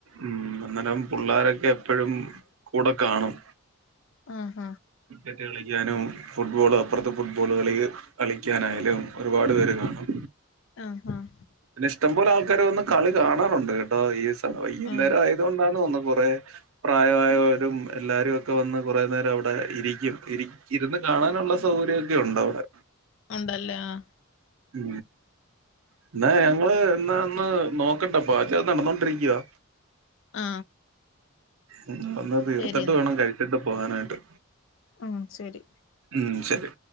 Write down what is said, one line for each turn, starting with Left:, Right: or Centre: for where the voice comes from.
Right: ഉം അന്നേരം പിള്ളോരൊക്കെ എപ്പോഴും കൂടെ കാണും
Left: ആഹ
Right: ക്രിക്കറ്റ് കളിക്കാനും ഫുട്ബോള് അപ്പുറത്തെ ഫുട്ബോൾ കളി കളിക്കാനായാലും ഒരുപാട് പേര് കാണും
Left: ആഹ ആഹ
Right: പിന്നെ ഇഷ്ടംപോലെ ആൾക്കാര് വന്ന് കളി കാണാറുണ്ട് കേട്ടോ ഈ
Left: ആഹ്
Right: നേരം ആയത്കൊണ്ടാണ് തോന്നുന്നു കൊറെ പ്രായമായവരും എല്ലാരും ഒക്കെ വന്ന് കുറേ നേരം അവിടെ ഇരിക്കും ഇരി ഇരുന്ന് കാണാനുള്ള സൗകര്യമൊക്കെ ഉണ്ട് അവിടെ
Left: ഉണ്ടല്ലേ ആ
Right: ഉ എന്നാ ഞങ്ങള് എന്നാന്ന് നോക്കട്ടെ പാച്ചകം നടന്നോണ്ടിരിക്കുവ
Left: ആ
Right: ഉ ഒന്ന് തീർത്തിട്ട്
Left: ശരിയെന്നാ
Right: വേണം കഴിച്ചിട്ട് പോകാനായിട്ട്
Left: ആഹ് ശെരി
Right: ഉം ശെരി